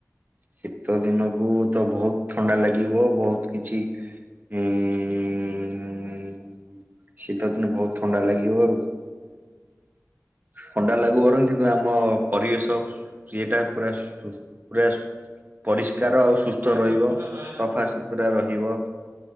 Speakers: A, on the right (about 35°); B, on the right (about 55°).
A: ଶୀତ ଦିନକୁ ତ ବୋହୁତ ଥଣ୍ଡା ଲାଗିବ ବୋହୁତ କିଛି <unintelligible> ଶୀତ ଦିନେ ବୋହୁତ ଥଣ୍ଡା ଲାଗିବ ଆଉ। ଥଣ୍ଡା ଲାଗୁ
B: ଆଉ
A: ବଂର କିନ୍ତୁ ଆମ ପରିବେଶ ସୁସ୍ ଇଏଟା ପୁରା ସୁସ୍ ପୁରା ସୁ ପରିଷ୍କାର ଆଉ
B: ସଫା
A: ସୁସ୍ଥ ରହିବ।
B: ସୁୁତୁରା ରହିବ
A: ସଫା
B: ବହୁତ।
A: ସୁତୁରା ରହିବ।